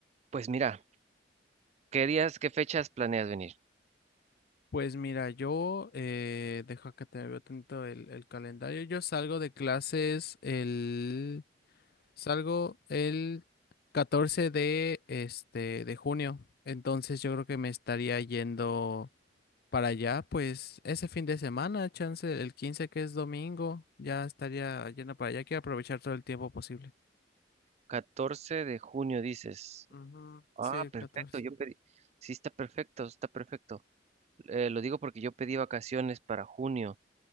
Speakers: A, on the right; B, on the left.
A: pues mira, ¿qué días, qué fechas planeas venir?
B: Pues mira, yo, eh, deja que te veo tanto el, el calendario. Yo salgo de clases el, salgo el 14 de, este, de junio. Entonces yo creo que me estaría yendo. para allá, pues ese fin de semana, chance el 15 que es domingo, ya estaría llena para allá. Quiero aprovechar todo el tiempo posible.
A: 14 de junio dices.
B: Ujú,
A: Ah,
B: Sí, el
A: perfecto,
B: 14.
A: yo pedí. Sí, está perfecto, está perfecto. Eh, lo digo porque yo pedí vacaciones para junio.